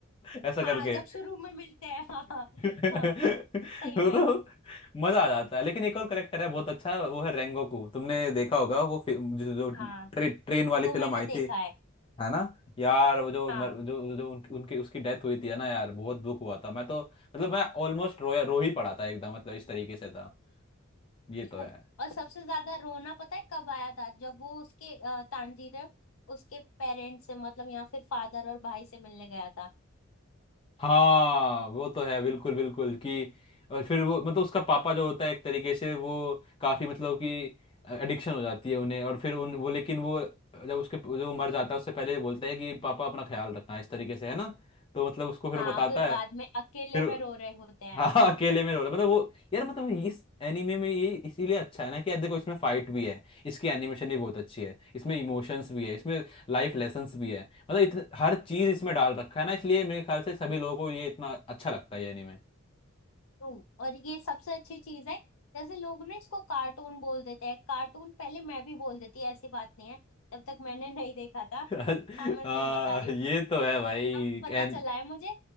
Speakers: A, on the left; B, on the left.
A: <laughs> ऐसा करके
B: हाँ जब शुरू में मिलते हैं हाँ हाँ
A: <laughs>
B: हाँ सही
A: वो
B: में
A: तो मजा आ जाता है लेकिन एक और करेक्टर है बहुत अच्छा वो है रेंगोकू तुमने देखा होगा वो फि- जो, जो ट्रे,
B: हाँ
A: ट्रेन वाली
B: वो
A: फिल्म
B: मैंने
A: आई थी
B: देखा है
A: है ना यार वो जो
B: हाँ
A: मर, जो जो उनकी, उनकी उसकी डेथ हुई थी है ना यार बहुत दुख हुआ था मैं तो मतलब मैं ऑलमोस्ट रो रो ही पड़ा था एकदम मतलब इस तरीके से था ये तो
B: true।
A: है
B: और सबसे ज्यादा रोना पता है कब आया था जब वो उसके अ, तांजीर उसके पेरेंट्स से मतलब या फिर फादर और भाई से मिलने गया था
A: हाँ वो तो है बिल्कुल बिल्कुल कि और फिर वो मतलब उसका पापा जो होता है एक तरीके से वो काफी मतलब कि एडिक्शन हो जाती है उन्हें और फिर उन वो लेकिन वो जब उसके जब वो मर जाता है उससे पहले ये बोलता है कि पापा अपना ख्याल रखना इस तरीके से है ना तो मतलब उसको फिर
B: हाँ
A: वो बताता
B: फिर
A: है
B: बाद में अकेले
A: फिर
B: में रो रहे होते हैं
A: हाँ हाँ, अकेले में रो रहा है। मतलब वो यार मतलब इस एनीमे में ये इसीलिए अच्छा है ना कि यार देखो इसमें फाइट भी है इसकी एनिमेशन भी बहुत अच्छी है इसमें इमोशंस भी है इसमें लाइफ लेसन्स भी है मतलब इतन, हर चीज इसमें डाल रखा है ना इसलिए मेरे ख्याल से सभी लोगों को ये इतना अच्छा लगता है ये एनीमे
B: ट्रू और ये सबसे अच्छी चीज है जैसे लोग ना इसको कार्टून बोल देते हैं कार्टून पहले मैं भी बोल देती ऐसी बात नहीं है तब तक मैंने नहीं देखा था
A: <laughs>
B: हाँ मैं
A: आ,
B: सही बता रही
A: ये
B: हूँ
A: तो है भाई
B: अब पता
A: एन
B: चला है मुझे